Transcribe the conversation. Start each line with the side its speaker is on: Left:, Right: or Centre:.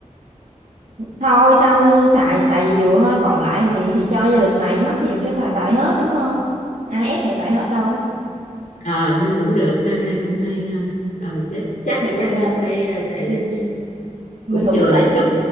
Right: Thôi tao xài xài vừa vừa thôi, còn lại mày thì cho gia đình mày, mắc gì mày phải xài xài hết, đúng không Ai ép mày xài hết đâu.
Left: ờ nghe cũng được ha nghe cũng hay ha rồi chắc
Right: Thì
Left: chắc
Right: thì mình,
Left: chắc
Right: ờ,
Left: cũng phải ờ, sẽ-
Right: thì
Left: sẽ-
Right: Mình
Left: cũng
Right: hưởng
Left: chừa
Right: thụ
Left: lại chút